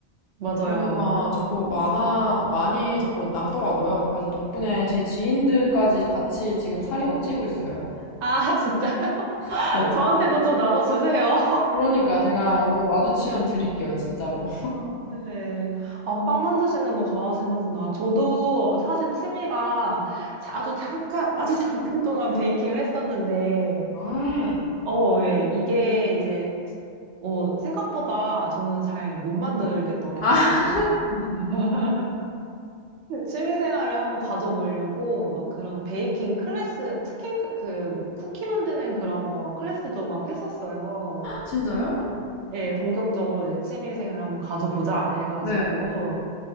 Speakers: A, on the right; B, on the left.
A: 맞아요.
B: 그러니까 자꾸 많아 많이 자꾸 남더라고요. 그래서 덕분에 제 지인들까지 같이 지금 살이 막 찌고 있어요.
A: 아, <laughs> 진짜요? <laughs>
B: <laughs>
A: 저한테도 좀 나눠주세요.
B: 그러니까 제가 언제 마주치면 드릴게요, 진짜로.
A: 아, 네. 아, 빵 만드시는 거 좋아하시는구나. 저도 사실 취미가 자- 아주 잠깐, 아주 <laughs> 잠깐 동안 베이킹을 했었는데,
B: 아,
A: 어, 예. 이게 이제, 어, 생각보다 저는 잘 못 만들겠더라고요.
B: 아,
A: <laughs> 취미 생활을 한번 가져보려고 막 그런 베이킹 클래스, 쿠킹, 클- 그, 쿠키 만드는 그런 거 클래스도 막 했었어요.
B: 진짜요?
A: 예, 본격적으로 이제 취미 생활 한번 가져보자 해가지고.
B: 네.